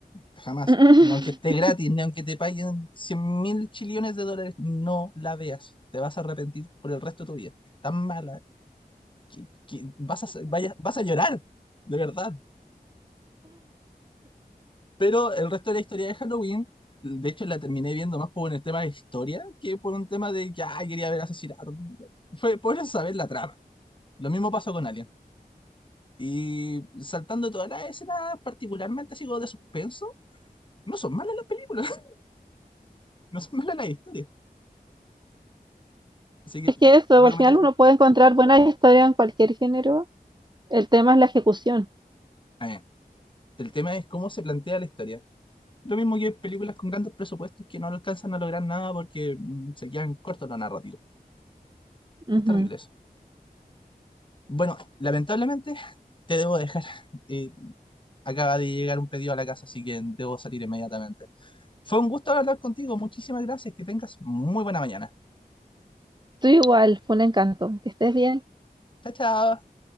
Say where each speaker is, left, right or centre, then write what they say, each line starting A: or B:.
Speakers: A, on the left; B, on the right.
A: Jamás.
B: <laughs>
A: Ni aunque esté gratis, ni aunque te paguen cien mil chillones de dólares, no la veas. Te vas a arrepentir por el resto de tu vida. Es tan mala que, que vas a, vaya- vas a llorar. De verdad. Pero el resto de la historia de Halloween, de hecho la terminé viendo más por un tema de historia que por un tema de que "Ay, quería ver asesinato. Fue por saber la trama. Lo mismo pasó con Alien. Y saltando todas las escenas, particularmente así como de suspenso, no son malas las películas, <laughs> no son malas las historias. Así que
B: Es que eso,
A: te recomendaría.
B: al final uno puede encontrar buenas historias en cualquier género. El tema es la ejecución.
A: Ah, ya. el tema es cómo se plantea la historia. Lo mismo que películas con grandes presupuestos que no alcanzan a lograr nada porque mm, se quedan cortos los narrativos.
B: Ujú.
A: Es terrible eso. Bueno, lamentablemente <laughs> te debo dejar. Eh, Acaba de llegar un pedido a la casa, así que debo salir inmediatamente. Fue un gusto hablar contigo. Muchísimas gracias. Que tengas muy buena mañana.
B: Tú igual, fue un encanto. Que estés bien.
A: Chao, chao.